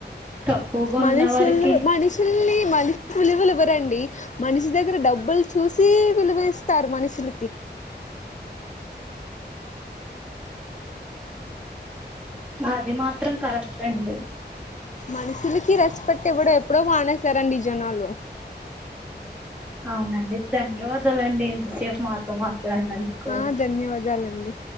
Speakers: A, in the centre; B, on the left (about 45°).
A: తక్కువగా
B: మనుషులు
A: ఉన్నవారికి
B: మనుషుల్ని మనిషు విలువలు ఇవ్వరండి. మనిషి దగ్గర డబ్బులు చూసి విలువిస్తారు మనుషులకి
A: అది మాత్రం కరెక్ట్ అండి
B: మనుషులకి రెస్పెట్ ఇవ్వడం ఎప్పుడో మానేశారండి జనాలు
A: అవునండి ధన్యవాదాలండి ఇంతసేపు మాతో మా కే అన్నందుకో
B: ఆ ధన్యవాదాలండి